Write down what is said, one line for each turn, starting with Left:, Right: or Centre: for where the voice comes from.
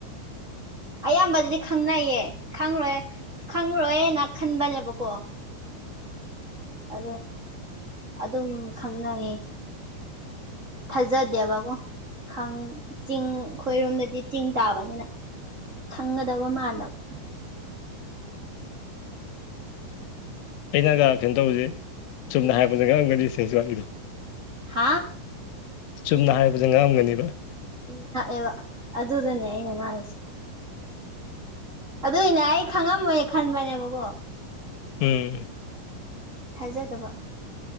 Right: ꯑꯌꯥꯝꯕꯗꯗꯤ ꯈꯪꯅꯩꯌꯦ ꯈꯪꯪꯔꯣꯏ ꯈꯪꯔꯣꯏꯌꯦꯅ ꯈꯟꯕꯅꯦꯕꯀꯣ ꯑ ꯑꯗꯨꯝ ꯈꯪꯅꯩꯌꯦ ꯊꯖꯥꯗꯦꯕꯕꯣ ꯈꯪ ꯆꯤꯡ ꯑꯩꯈꯣꯏꯔꯣꯝꯗꯗꯤ ꯆꯤꯡ ꯇꯥꯕꯅꯤꯅ ꯈꯪꯒꯗꯕ ꯃꯥꯟꯗꯕ
Left: ꯑꯩꯅꯒ ꯀꯩꯅꯣ ꯇꯧꯕꯁꯦ ꯆꯨꯝꯅ ꯍꯥꯏꯔꯛꯄꯁꯦ ꯉꯥꯡꯔꯝꯒꯅꯤ ꯁꯦꯁ ꯋꯥꯠꯂꯤꯗꯣ
Right: ꯍꯥ
Left: ꯆꯨꯝꯅ ꯍꯥꯏꯕꯗ ꯉꯛꯑꯝꯒꯅꯤꯕ
Right: ꯉꯛꯑꯦꯕ ꯑꯗꯨꯗꯅꯦ ꯑꯩꯅ ꯉꯥꯡꯉꯤꯁꯦ ꯑꯗꯨꯏꯅ ꯑꯩ ꯈꯪꯉꯝꯃꯣꯏꯅꯦ ꯈꯟꯕꯅꯦꯕꯀꯣ
Left: ꯎꯝ
Right: ꯊꯥꯖꯗꯕ